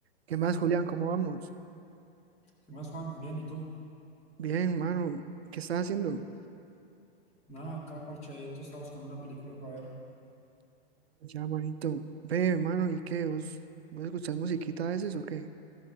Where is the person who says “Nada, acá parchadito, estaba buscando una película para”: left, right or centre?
Left